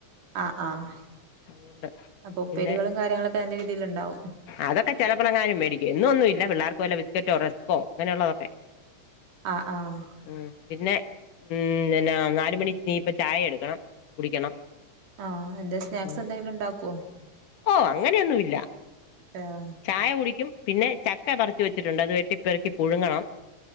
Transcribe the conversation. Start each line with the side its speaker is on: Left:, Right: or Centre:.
Right: ആഹ് ആഹ്
Left: അതുകൊണ്ട്
Right: അപ്പോ ഉപ്പേരികളും
Left: പിന്നെ
Right: കാര്യങ്ങളൊക്കെ എന്റെ രീതിലുണ്ടാവും
Left: അതൊക്കെ ചെലപ്പളങ്ങാനും മേടിക്കും എന്നും എന്നും ഇല്ല പിള്ളാർക്ക് വല്ല ബിസ്ക്കറ്റോ റെസ്കോ അങ്ങനെയുള്ളതൊക്കെ
Right: ആഹ് ആഹ്
Left: ഉം പിന്നെ ഉം നിന്നാ നാലുമണി ഇനി ഇപ്പ ചായ എടുക്കണം കുടിക്കണം
Right: ആഹ് എന്തേ സ്നാക്സ്
Left: ഉം
Right: എന്തെങ്കിലും ഉണ്ടാക്കോ
Left: ഓ അങ്ങനെ ഒന്നും ഇല്ല
Right: ആഹ്
Left: ചായ കുടിക്കും പിന്നെ ചക്ക പറിച്ച് വെച്ചിട്ടുണ്ട് അത് വെട്ടിപ്പെറക്കി പുഴുങ്ങണം